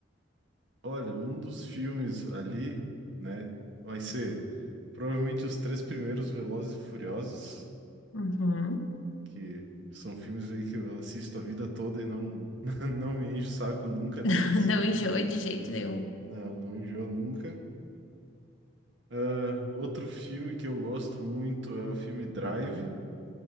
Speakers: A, on the right (about 60°); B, on the left (about 75°).
A: Olha, um dos filmes ali, né, vai ser provavelmente os três primeiros Velozes e Furiosos,
B: Uhum.
A: que são filmes aí que eu assisto a vida toda e não, <laughs> não me encho o saco nunca deles.
B: <laughs> Não enjoa de jeito nenhum.
A: Não, não enjoo nunca. Ah, outro filme que eu gosto muito é o filme Drive.